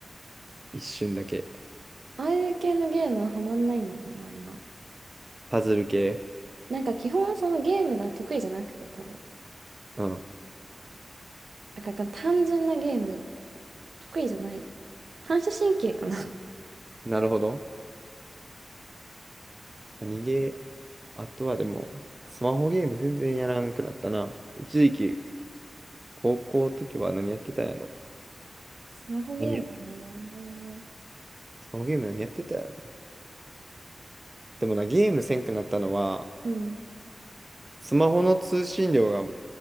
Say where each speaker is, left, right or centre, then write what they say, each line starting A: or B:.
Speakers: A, on the right; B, on the right.
A: 一瞬だけ。
B: ああいう系のゲームはハマんないんだよね、あんま。
A: パズル系。
B: なんか基本そのゲームが得意じゃなくて、多分。
A: うん。
B: なんか単純なゲーム、得意じゃない。反射神経かな。<laughs>
A: なるほど。何ゲー、あとはでも、スマホゲーム全然やらんくなったな。一時期、高校の時は何やってたんやろ。
B: スマホゲームはね、
A: 何
B: やんないね。
A: スマホゲーム何やってたやろな。でもな、ゲームせんくなったのは、
B: うん。
A: スマホの通信量が、